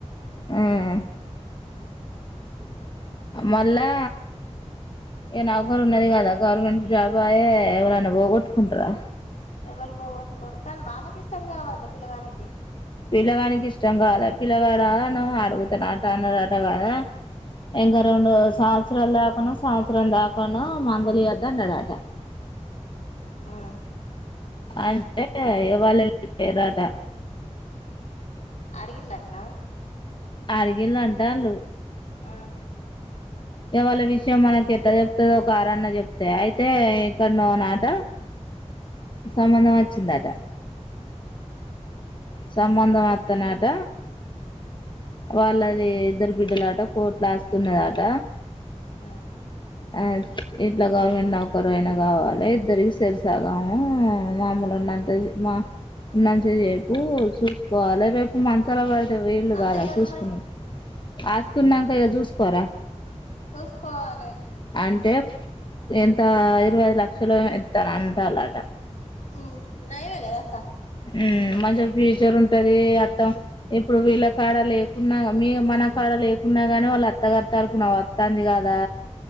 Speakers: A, on the left; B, on the left.
A: హ్మ్
B: ఆఓహా
A: మళ్ళా ఏ నవకరు ఉన్నది కదా గవర్నమెంట్ జాబ్ ఆయె ఎవరన్నా పోగొట్టుకుంటారా
B: ఎవరు పోగొట్టుకోరు కానీ వాళ్ళకి ఇష్టం కావద్ద పిల్లగానికి
A: పిల్లగానికి ఇష్టం కాలే పిల్లగాడ ఆ అడుగుతున్నా న్నారట కదా ఇంకా రెండు సంవత్సరాల దాకానొ సంవత్సరం దాకానొ మందులు ఈయొద్దు అన్నాడట
B: హ్మ్
A: అంటే ఇగ వాళ్ళు ఎల్లిపేయిరట
B: అడిగిల్లట్నా
A: అరిగిళ్ళు అంటాన్లు
B: ఆ
A: ఇగ వాల్ల విషయం మనకి ఎట్ చెప్తదో ఒక అరన్న చెప్తే అయితే ఇక్కన్నో నాట సంబంధం వచ్చిందట సంబందం అత్ త్తనట వాళ్ళది ఇద్దరు బిడ్డలట కోట్లా ఆస్తున్నదాట
B: ఆ
A: ఆ ఇట్లా గవర్నమెంట్ నౌకరు అయినా కావాలి ఇద్దరికి సరి సగము మామ్ములు ఉన్నంత మా ఉన్నంత సేపు చూసుకోవాలి రేపు మంచాల పడ్ వీళ్ళు
B: అంతే
A: కాదా
B: కదా
A: చూసుకుని
B: మరి
A: ఆస్తునంక ఇగ చూసుకోరా
B: చూసుకోవాలే
A: అంటే ఎంత ఇరవై లక్ లు ఇత్తార్ అంటాలట
B: ఉమ్ నయమే కదా అక్క
A: ఉమ్ మంచిగా ఫ్యూచర్ ఉంటది అట్ట ఇప్పుడు వీళ్ళ కాడ లేకున్నా మీ మన కాడ లేకున్నా గాని వాళ్ళు అత్తగారి తరుపున వత్తాంది కదా